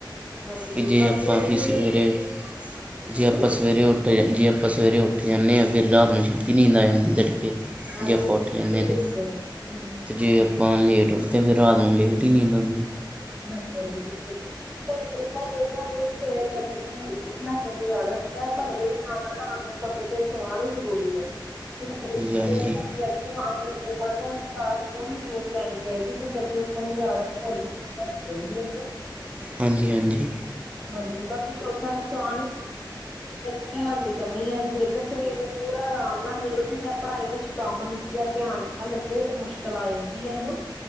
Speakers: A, in the centre; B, on the right.
A: ਹਾਂਜੀ
B: ਤੇ, ਜੇ
A: ਬਾਕੀ
B: ਆਪਾਂ
A: ਇਹ
B: ਵੀ
A: ਕਿ
B: ਸਵੇਰੇ, ਜੇ
A: ਹਾਂਜੀ
B: ਆਪਾਂ ਸਵੇਰੇ, ਉੱਠ ਉ ਜੇ, ਆਪਾਂ ਸਵੇਰੇ ਉੱਠ ਜਾਂਦੇ ਹਾਂ, ਫਿਰ ਰਾਤ ਨੂੰ ਛੇਤੀ ਨੀਂਦ ਆ ਜਾਂਦੀ, ਤੜਕੇ
A: ਹਾਂਜੀ
B: ਜੇ ਆਪਾਂ
A: ਹਾਂਜੀ
B: ਉੱਠ
A: ਬਿਲਕੁਲ
B: ਜਾਂਦੇ ਤਾਂ
A: ਸਹੀ ਕਿਹਾ, ਹ
B: ਅਤੇ ਜੇ, ਆਪਾਂ ਲੇਟ ਉੱਠਦੇ, ਫਿਰ ਰਾਤ ਨੂੰ ਲੇਟ ਹੀ ਨੀਂਦ, ਆਉਂਦੀ
A: ਹਾਂਜੀ ਹਾਂਜੀ ਬਿਲਕੁਲ, ਸਹੀ ਤਰੀਕਾ, ਸਵੇਰੇ ਜਲਦੀ ਉੱਠਣਾ ਚੰਗੀ ਆਦਤ, ਪਰ ਇਹਦੇ ਨਾਲ ਸਮੇਂ ਤੇ, ਸੋਣਾ ਵੀ ਜ਼ਰੂਰੀ ਹੈ, ਜਿਵੇਂ ਇੱਕ ਸਿਹਤਮੰਦ
B: ਹਾਂਜੀ
A: ਵਿਅਕਤੀ ਨੂੰ, ਆਪਣੀ ਉਮਰ ਦੇ ਅਨੁਸਾਰ, ਪੂਰੀ ਨੀਂਦ ਲੈਣੀ, ਫੇਰ ਤੇ ਜਲਦੀ, ਉੱਠਣ ਦੀ ਆਦਤ ਹੌਲੀ-ਹੌਲੀ ਬਣਾਣੀ ਚਾਹੀਦੀ ਆ ਹਨਾ
B: ਹਾਂਜੀ-ਹਾਂਜੀ।
A: ਹਾਂਜੀ, ਬਾਕੀ ਚੌਥਾ ਨੁਕਸਾਨ ਵੀ, ਆ ਜਿਵੇਂ ਧਿਆਨ ਦੀ ਕਮੀ ਆ, ਜੇਕਰ ਸਰੀਰ ਨੂੰ ਪੂਰਾ ਰਾਮ ਨਾਲ ਮਿਲੇ, ਤੇ ਜਾਂ ਪੜ੍ਹਾਈ ਵਿੱਚ ਕੰਮ ਚ, ਧਿਆਨ ਨਾ ਲੱਗੇ ਤੇ ਮੁਸ਼ਕਿਲ ਆ ਜਾਂਦੀ ਆ, ਹਨਾ